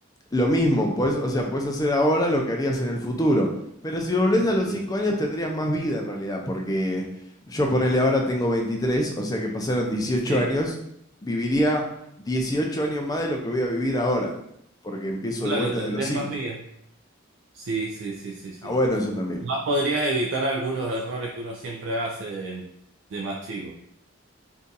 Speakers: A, on the left; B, on the right.
A: Lo mismo, podés- o sea, puedes hacer ahora lo que harías en el futuro. Pero si volvés a los
B: Sí,
A: 5 años tendrías más vida en realidad, porque yo ponele ahora tengo veintitrés o sea que pasaron dieciocho
B: sí.
A: años, viviría 18 años más de lo que voy a vivir ahora, porque empiezo
B: Claro,
A: de vuelta
B: tendrías
A: de los cinco
B: más vías. Sí, sí, sí, sí, sí.
A: Está bueno eso también.
B: Más podrías evitar algunos errores que uno siempre hace de, de más chico.